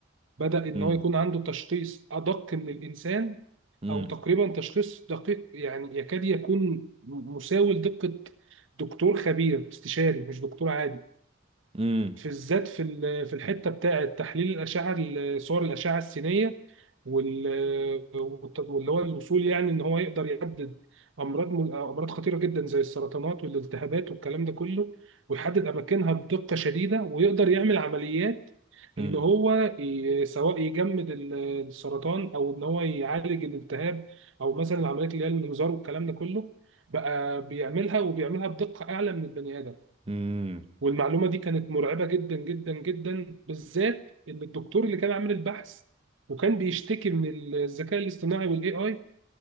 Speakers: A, on the right; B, on the right.
A: بدأ إن
B: امم
A: هو يكون عنده تشخيص أدق من الإنسان
B: امم
A: أو تقريبا تشخيص دقيق يعني يكاد يكون مساوي لدقة دكتور خبير استشاري مش دكتور عادي
B: امم
A: في الذات في ال- في الحتة بتاعة تحليل الأشعة ال- صور الأشعة السينية وال والت- واللي هو الوصول يعني إن هو يقدر يحدد أمراض م- أمراض خطيرة جدا زي السرطانات والالتهابات والكلام ده كله ويحدد أماكنها بدقة شديدة ويقدر يعمل عمليات
B: امم
A: ان هو ي- سواء يجمد ال- السرطان او ان هو يعالج الالتهاب او مثلا العمليات اللي هي المنظار والكلام ده كله بقى بيعملها وبيعملها بدقة اعلى من البني ادم
B: امم
A: والمعلومة دي كانت مرعبة جدا جدا جدا بالذات ان الدكتور اللي كان عامل البحث وكان بيشتكي من الذكاء الاصطناعي والاي اي